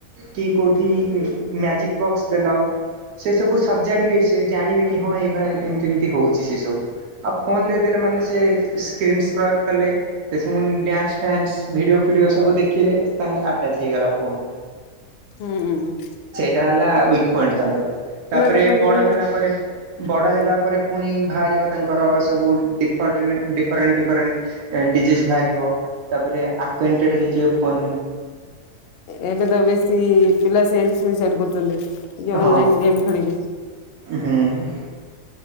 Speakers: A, on the right; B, on the left.
A: କି କଉଠି ମ୍ୟାଜିକ ବକ୍ସ ଦେଲ ସେ ସବୁ ସଜାଡିବେ, ସେ ଜାଣିବେ କି ହଁ ଏଇଭଳିଆ ଏମତି ଏମତି ହଉଛି ସେ ସବୁ, ଆଉ ଫୋନ ଦେଇଦେଲେ ମାନେ ସେ ସ୍କ୍ର <unintelligible> ପ୍ର <unintelligible> କଲେ ସେସବୁ ଡ୍ୟାନ୍ସ, ଫ୍ୟାନ୍ସ, ଭିଡ଼ିଓ ଫିଡ଼ିଓ ସବୁ ଦେଖିଲେ, ତାଙ୍କ ଆଟାଚ୍ ହେଇଗଲା ଫୋନ୍ ହ <unintelligible>
B: ହୁଁ ହ <unintelligible>
A: ତା ହେଲା <unintelligible> ତାଙ୍କର, ତାପରେ
B: ଦେଖିବ
A: ବଡ
B: ଯଦି
A: ହେଲା ପରେ, ବଡ
B: ହୁଁ।
A: ହେଲା ପରେ ପୁଣି ବାହାର ତାଙ୍କର ସବୁ ଡି ଡିଫରେଣ୍ଟ ଡିଫରେଣ୍ଟ ଡିଜିଜ୍ ବାହାରିବ, ତାପରେ ଆକ୍ୱାୱାଣ୍ଟେଡ୍ ହେଇଯିବ, ଫୋନ
B: ଏବେ ତ ବେଶୀ ପିଲା ସେମତି ସୁଇସାଇଡ କରୁଛନ୍ତି, ଅନଲାଇନ
A: ହଁ
B: ଗେମ୍ ଖେଳ,
A: ହୁଁ ।